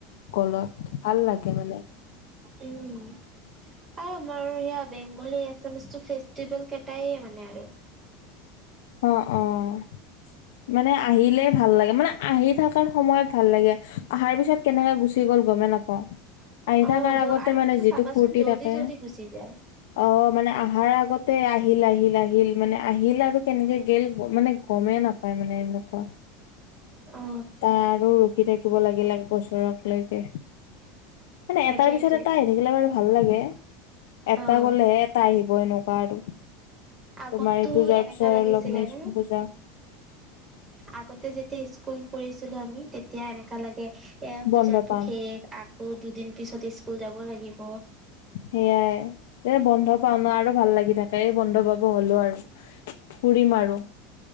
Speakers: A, on the left; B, on the right.
A: গলত ভাল লাগ- গে মানে।
B: উম'। আৰু আমাৰ সেয়া বেংগলী এছামিছটো ফেষ্টিভেল কেটাই মানে আৰু।
A: অঁ অঁ। মানে আহিলে ভাল লাগে মানে আহি থকাৰ সময়ত ভাল লাগে, আহাৰ পিছত- কেনেকে গুচি গ'ল গমে নাপাওঁ। আহি
B: অ
A: থাকাৰ আগতে
B: আৰু
A: মানে
B: কিন্তু
A: যিটো
B: চাবাচোন
A: ফুৰ্তি
B: জল্দি
A: থাকে-
B: জল্দি গুচি যায়
A: অঁ মানে অহাৰ আগতে আহিল আহিল আহিল মানে আহিল আৰু। কেনেকে গে'ল মানে গমেই নাপায়, মানে এনেকুৱা।
B: অ
A: টা আৰু ৰখি থাকিব লাগিল এক বছৰক লৈকে মানে
B: সেইটোৱে
A: এটাৰ পিছত এটা থিকিলে বাৰু ভাল লাগে, এটা
B: অ
A: গলেহ এটা আহিব এনেকুৱা আৰু।
B: আগতো
A: তোমাৰ এইটো যোৱাৰ
B: এনেকা
A: পিছত
B: লাগিছিলে
A: <unintelligible>
B: ন
A: পূজা
B: আগতে যেতিয়া স্কুল পঢ়ছিলোঁ আমি, তেতিয়া এনেকা লাগে। এ, পূজাতো
A: বন্ধ পাম
B: শেষ আকৌ দুদিন পিছত স্কুল যাব লাগিব।
A: সেয়াই এ, বন্ধ পাওঁ ন, আৰু ভাল লাগি থাকে এই বন্ধ পাব হলোঁ আৰু। ফুৰিম আৰু